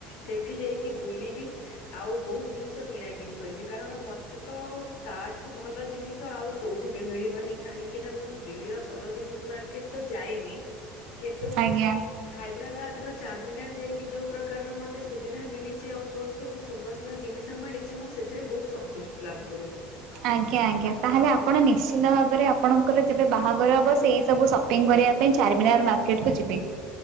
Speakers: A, on the left; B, on the right.
A: ସେଠି ଯାଇକି ବୁଲିବି। ଆଉ ବୋହୁତୁ ଜିନିଷ କିଣା କିିଣି କରିବି କାରଣ ମତେ ତ ତାଠୁ ଭଲ ଜିନିଷ ଆଉ କୋଉଠି ବି ମିଳିବନି କାହିଁକି ନା ମୁଁ ଦିଲ୍ଲୀର ସରୋଜିନୀ ମାର୍କେଟ ତ ଯାଇନି କିନ୍ତୁ
B: ଆଜ୍ଞା।
A: ହାଇଦ୍ରାବାଦ ର ଚାରମିନାର ଯାଇକି ଯୋଉ ପ୍ରକାରର ମତେ ସୁବିଧା ମିଳିଚି ଆଉ ଯୋଉ ସବୁ ସୁନ୍ଦର ମୋର ଜିନିଷ ମିଳିଚି ମୁଁ ସେଥିରେ ବୋହୁତ ସନ୍ତୁଷ୍ଟ ଲାଭ କରୁଚି।
B: ଆଜ୍ଞା ଆଜ୍ଞା ତାହେଲେ ଆପଣ ନିଶ୍ଚିନ୍ତ ଭାବରେ ଆପଣଙ୍କର ଯେବେ ବାହାଘର ହବ ସେଇ ସବୁ ସ ସପିଂ କରିବା ପାଇଁ ଚାରମିନାର ମାର୍କେଟକୁ ଯିବି।